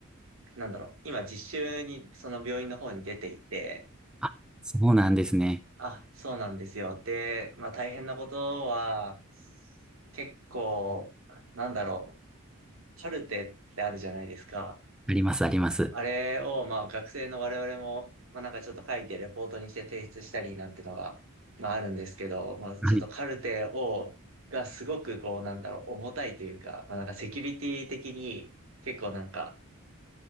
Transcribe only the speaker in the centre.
あ、そうなんですね。
あります、あります。
はい。